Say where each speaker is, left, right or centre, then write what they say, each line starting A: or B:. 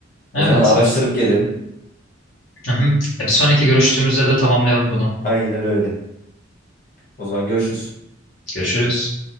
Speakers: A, on the left (about 45°); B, on the left (about 85°).
A: O
B: Evet.
A: zaman araştırıp gelelim.
B: Hı hı. Ya bir sonraki görüştüğümüzde de tamamlayalım bunu.
A: Aynen öyle. O zaman görüşürüz.
B: Görüşürüz.